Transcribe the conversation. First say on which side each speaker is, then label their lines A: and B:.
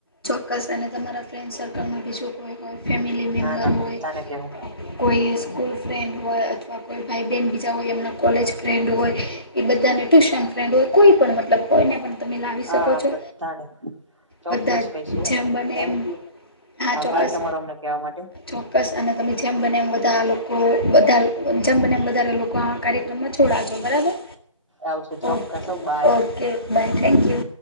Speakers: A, on the left (about 45°); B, on the right (about 60°).
A: ચોક્કસ અને તમારા ફ્રેન્ડ સર્કલમાં બીજું કોઈ હોય ફેમિલી
B: ના
A: મેમ્બર
B: ના બધાને
A: હોય
B: કેવું
A: કોઈ સ્કૂલ ફ્રેન્ડ હોય અથવા કોઈ ભાઈ બહેન બીજા હોય એમના કોલેજ ફ્રેન્ડ હોય એ બધાને ટ્યુશન ફ્રેન્ડ હોય કોઈ પણ મતલબ કોઈને પણ તમે લાવી
B: હા
A: શકો છો,
B: બધાને ચોક્કસ
A: બધા જ
B: કહીશું
A: જેમ બને
B: થેન્ક
A: એમ,
B: યુ
A: હા
B: આભાર
A: ચોક્કસ.
B: તમારો અમને કહેવા માટે
A: ચોક્કસ અને તમે જેમ બને એમ બધા લોકો બધા જેમ બને એમ વધારે લોકો આ કાર્યક્રમમાં જ છોડાજો બરાબર?
B: આવશું ચોક્કસ
A: ઓકે,
B: હો બાય.
A: Okay, bye, thank you.